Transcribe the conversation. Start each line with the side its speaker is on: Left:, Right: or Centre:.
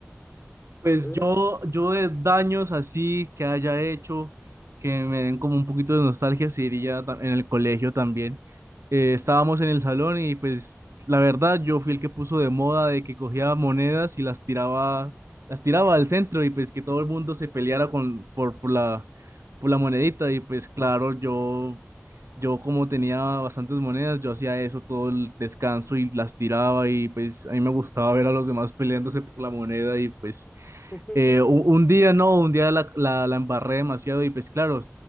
Right: Pues
Left: <laughs> Una-
Right: yo, yo de daños así que haya hecho, que me den como un poquito de nostalgia, sí iría ta- en el colegio también. Eh, estábamos en el salón y pues la verdad yo fui el que puso de moda de que cogía monedas y las tiraba, las tiraba al centro y pues que todo el mundo se peleara con, por, por la, por la monedita y pues claro, yo Yo como tenía bastantes monedas, yo hacía eso todo el descanso y las tiraba y pues a mí me gustaba ver a los demás peleándose por la moneda y pues
Left: <laughs>
Right: eh, u- un día no, un día la, la, la embarré demasiado y pues claro,